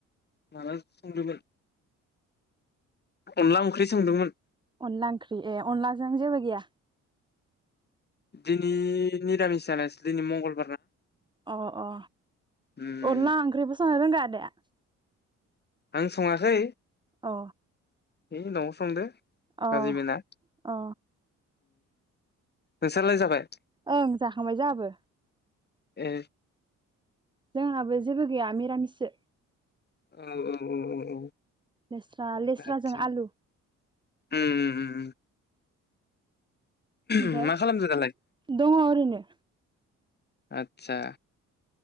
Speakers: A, on the left; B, on the right.
A: माबा संदोंमोन अनला ओंख्रि सोंदोंमोन।
B: अनला ओंख्रि ए अनलाजों जेबो गैया?
A: दिनै निरामिस जानायसो दिनै मंगल
B: अ अ
A: उम
B: अनला ओंख्रिबो सं रोंगौ आदाया?
A: आं सङासै
B: अ।
A: है नआव संदो।
B: अ
A: बाजैमोना
B: अ।
A: नोंसोरलाय जाबाय?
B: ओं जाखांबाय जाहाबो।
A: ए।
B: जोंहाबो जेबो गैया मिरामिससो।
A: औ औ औ औ।
B: लेस्रा लेस्राजों
A: आदसा
B: आलु
A: उम उम उम
B: ओमफ्राय
A: उम मा खालामदो दालाय
B: दङ' ओरैनो।
A: आतसा।